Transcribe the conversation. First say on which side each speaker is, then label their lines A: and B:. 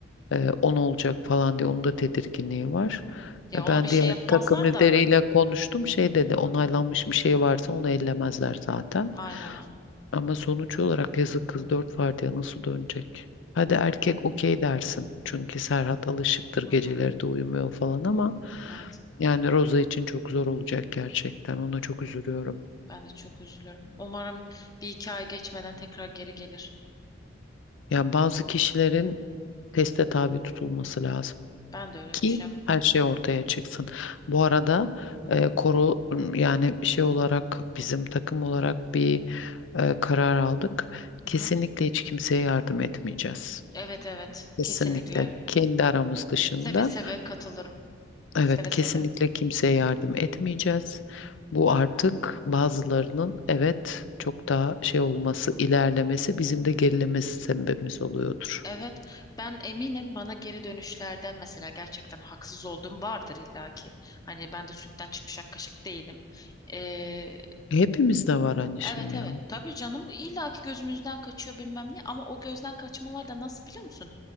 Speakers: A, on the left (about 75°); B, on the left (about 20°).
A: Ee, on olacak falan diye onun da tedirginliği var.
B: Ya
A: E,
B: ona
A: Ben
B: bir şey
A: diğer
B: yapmazlar
A: takım lideriyle
B: da.
A: konuştum. Şey dedi onaylanmış
B: Hı hı.
A: bir şey varsa onu ellemezler zaten.
B: Aynen aynen.
A: Ama sonuç olarak yazık kız dört var nasıl dönecek? Hadi erkek okey dersin. Çünkü Serhat alışıktır
B: Hı
A: geceleri
B: hı.
A: de uyumuyor falan ama
B: Evet.
A: yani Roza için çok zor olacak gerçekten. Ona çok üzülüyorum.
B: Ben de çok üzülüyorum. Umarım bir iki ay geçmeden tekrar geri gelir.
A: Yani bazı kişilerin teste tabi tutulması lazım
B: Ben de öyle
A: ki
B: düşünüyorum.
A: her şey ortaya çıksın. Bu arada
B: Hı
A: e,
B: hı.
A: koro yani şey olarak bizim takım olarak bir e, karar aldık.
B: Hı
A: Kesinlikle
B: hı.
A: hiç kimseye yardım etmeyeceğiz.
B: Evet evet.
A: Kesinlikle
B: Kesinlikle.
A: kendi aramız dışında.
B: Seve seve katılırım.
A: Evet,
B: Seve
A: kesinlikle
B: seve.
A: kimseye yardım etmeyeceğiz. Bu artık bazılarının evet çok daha şey olması, ilerlemesi bizim de gerilemesi sebebimiz oluyordur.
B: Evet, ben eminim bana geri dönüşlerden mesela gerçekten haksız olduğum vardır illaki. Hani ben de sütten çıkmış ak kaşık değilim. Ee,
A: Hepimizde var annişim
B: evet
A: ya.
B: evet tabii canım illaki gözümüzden kaçıyor bilmem ne ama o gözden kaçmalar da nasıl biliyor musun?